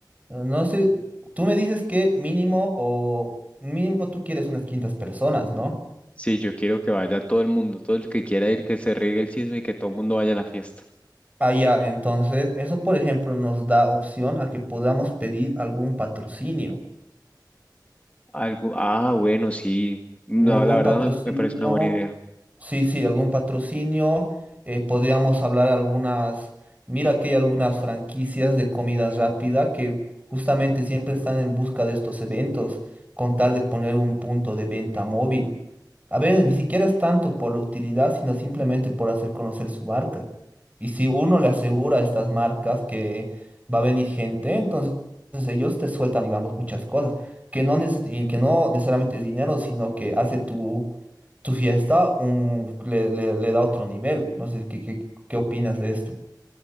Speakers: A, on the right (about 20°); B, on the left (about 20°).
A: Eh, No sé, tú me dices que mínimo o mínimo tú quieres unas 500 personas, ¿no?
B: Sí, yo quiero que vaya todo el mundo, todo el que quiera ir, que se riegue el chisme y que todo el mundo vaya a la fiesta.
A: Ah, ya, entonces, eso por ejemplo nos da opción a que podamos pedir algún patrocinio,
B: Algo, ah, bueno, sí. No,
A: algún
B: la verdad
A: patrocinio
B: me me parece una buena idea.
A: Sí, sí, algún patrocinio. eh, podríamos hablar algunas. Mira que hay algunas franquicias de comida rápida que justamente siempre están en busca de estos eventos, con tal de poner un punto de venta móvil. A veces ni siquiera es tanto por la utilidad, sino simplemente por hacer conocer su marca. Y si uno le asegura a estas marcas que va a venir gente, entonces ellos te sueltan, digamos, muchas cosas, que no, neces- y que no necesariamente es dinero, sino que hace tu tu fiesta un- le, le- le da otro nivel. No sé, ¿qué, qué, qué opinas de esto?